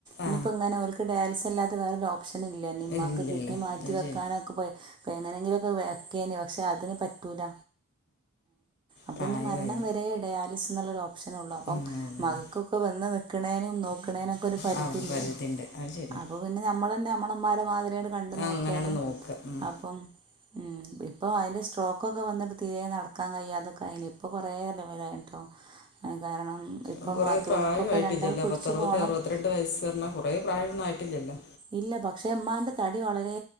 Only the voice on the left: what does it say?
ആ
ഇല്ലല്ലോ
അത്
ശരി
പ്രായമായി
ഉം, ആ ഉള്ളു.
ആ പരിധിയുണ്ട് അത് ശരി
അങ്ങനെയാണ് നോക്കുക ഉം.
ം കൊറെ
പ്രായ ആട്ടില്ലല്ലോ
പത്ത അറുപത്തി
അറുപത്തിരണ്ട് വയസ്സ് പറഞ്ഞാ കൊറെേ പ്രായന്നും ആയിട്ടില്ലല്ലോ